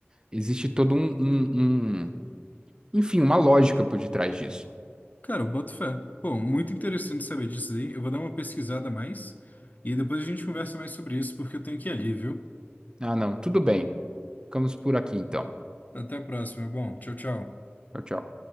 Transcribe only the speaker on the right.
existe todo um, um- um- enfim, uma lógica por detrás disso.
Ah, não, tudo bem. Ficamos por aqui então.
Tchau, tchau.